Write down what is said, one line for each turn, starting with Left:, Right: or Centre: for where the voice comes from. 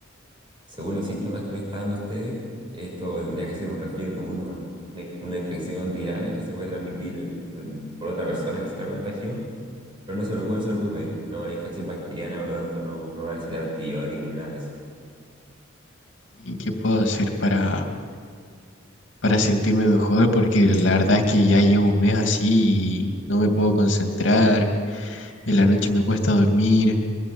Right: Según los síntomas que me está dando ustedes, esto tendría que ser un resfrío común nomás. Una, inf- una infección viral que se puede transmitir el- em, por otra persona que se la contagió. Pero no se preocupe, no se preocupe. No, una infección bacteriana, por lo tanto, no, no va a necesitar antibióticos ni nada de eso.
Left: ¿Y qué puedo hacer para para sentirme mejor, porque la verdad es que ya llevo un mes así y no me puedo concentrar, en la noche me cuesta dormir,